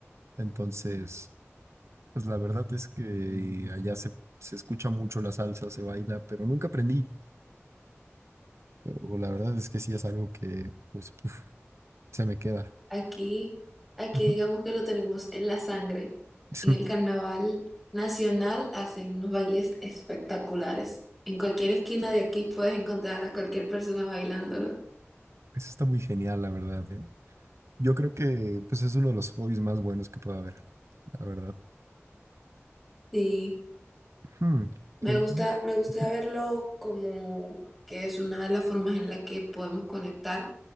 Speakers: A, on the right; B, in the centre.
A: Entonces, pues la verdad es que allá se, se escucha mucho la salsa, se baila, pero nunca aprendí. Pero la verdad es que sí es algo que, pues, uf, se me queda.
B: aquí, aquí
A: Ujú.
B: digamos que lo tenemos en la sangre.
A: <laughs>
B: En el carnaval nacional hacen unos bailes espectaculares. En cualquier esquina de aquí puedes encontrar a cualquier persona bailándolo.
A: Eso está muy genial, la verdad, ¿eh? Yo creo que, pues, es uno de los hobbies más buenos que puede haber, la verdad.
B: Sí.
A: Hmm,
B: Me
A: Y en-
B: gusta, me gusta
A: ujú,
B: verlo como que es una de las formas en las que podemos conectar,